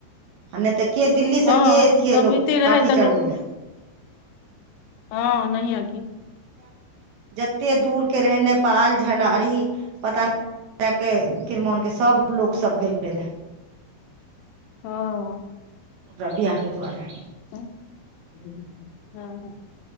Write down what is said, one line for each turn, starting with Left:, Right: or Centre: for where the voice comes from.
Right: आ नय तऽ के दिल्लीसँ
Left: हँ
Right: के अतियै
Left: तब
Right: लोक
Left: एते रहै
Right: काठी
Left: तऽ लोक
Right: चढ़बै लए।
Left: हँ नहि अ की।
Right: जते दूर के रहे नेपाल झलारी पता। तके किरमानके सब लोकसभ गेलै रहए।
Left: हँ।
Right: ओकरा बिआहके दुआरे।
Left: <unintelligible>